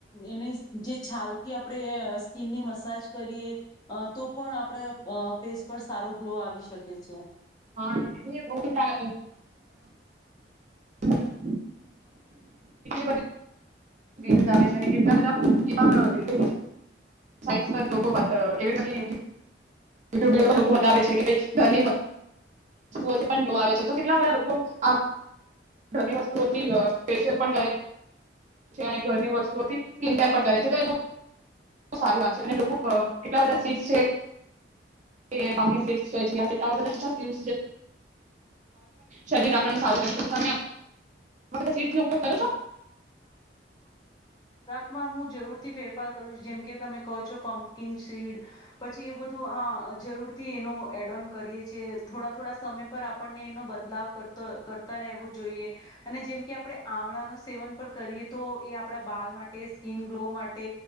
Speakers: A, on the left (about 25°); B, on the right (about 45°).
A: એની જે છાલથી આપણે સ્કીનની મસાજ કરીએ તો પણ આપણે ફેસ પર સારો ગ્લો આવી શકે છે.
B: હા એ બો બધા <unintelligible> એટલી બધી રિલ્સ આવે છે ને કેટલા બધા એવા <unintelligible> છે લોકો પાસે એવી બધી યુટ્યુબ લોકો બતાવે છે કે ભાઈ ઘરની ઓ થી પનગલો આવે છે તો કેટલા બધા લોકો આ ઘરની વસ્તુ ઓ થી આ ફેશિયલ પણ કરે છે ને ઘરની વસ્તુ ઓ થી <unintelligible> કરે છે તો એ બો સારી વાત છે અને લોકો કેટલા બધા સીટ છે. <unintelligible> ખાવાથી પણ શરીર આપણ સારું કરે છે તમે આવા બધા <unintelligible> નો ઉપયોગ કરો છો?
A: માં હું જરૂરથી ફેરફાર કરું છું જેમકે તમે કહો છો પમ્પકિંગ શીડ પછી એ બધું હ જરૂરથી એનો એડોન કરીએ છે થોડા થોડા સમય પર આપણને એનો બદલાવ કરતો કરતા રહેવો જોઈએ અને જેમકે આપણે આમળાનું સેવન પણ કરીએ તો એ આપણા બાલ માટે સ્કીિન ગ્લો માટે